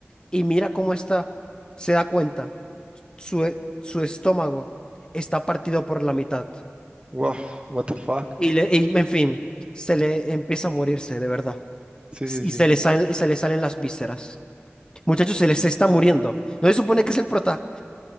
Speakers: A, on the left; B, on the right.
A: y mira cómo está, se da cuenta. Su, e, su estómago está partido por la mitad.
B: Wow, what the fuck.
A: Y, le, y, en fin, se le empieza a morirse, de verdad.
B: Sí, sí,
A: Y
B: sí.
A: se le salen, y se le salen las vísceras. Muchachos, se les está muriendo. No se supone que es el prota.